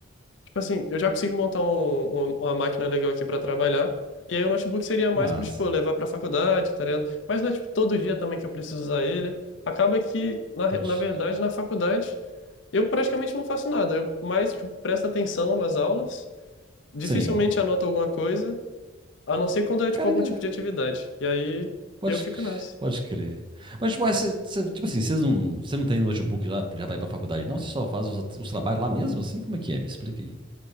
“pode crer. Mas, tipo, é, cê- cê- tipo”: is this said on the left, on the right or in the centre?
Right